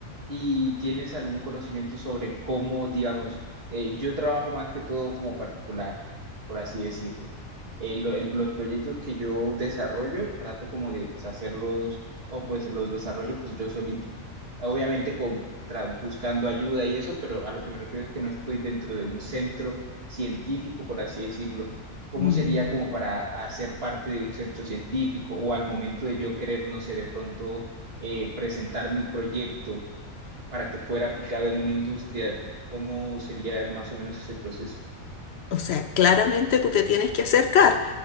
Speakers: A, on the right (about 45°); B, on the left (about 55°).
A: ¿Y tienes algún conocimiento sobre cómo, digamos, eh, yo trabajo más que todo como particular, por así decirlo? Eh, lo- el- los proyectos que yo desarrollo, trato como de pues, hacerlos, o pues los desarrollo pues yo solito. Obviamente con, tra- buscando ayuda y eso, pero a lo que me refiero es que no estoy dentro de un centro científico, por así decirlo. ¿Cómo
B: Mm.
A: sería como para hacer parte de un centro científico o al momento de yo querer, no sé, de pronto eh, presentar mi proyecto? para que fuera aplicado en una industria, ¿cómo sería más o menos ese proceso?
B: O sea, claramente tú te tienes que acercar.